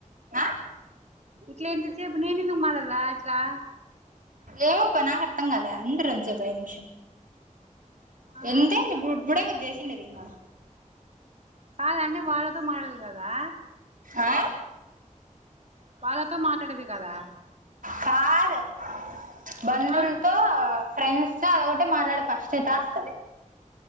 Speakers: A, on the right (about 85°); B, on the right (about 55°).
A: ఆ
B: ఇట్లా ఎంతసేపు నేను ఎందుకు మరలా రా ఇట్లా
A: ఏం పని నాకు అర్థం కాలే ఉండు రోంచేపు ఐదు నిమిషాలు
B: ఆ
A: ఎంత అయింది ఇప్పు ఇప్పుడే గా చేసిండేది ఇంగ
B: కాదు అంటే వాళ్ళతో మాట్లాడాలి కదా
A: ఆ
B: వాళ్ళతో మాట్లాడేది కదా
A: కాదు బంధువులతో
B: ఆ
A: ఫ్రెండ్స్ తో అద అంటే మాట్లాడేది ఫస్ట్ టాస్క్ అది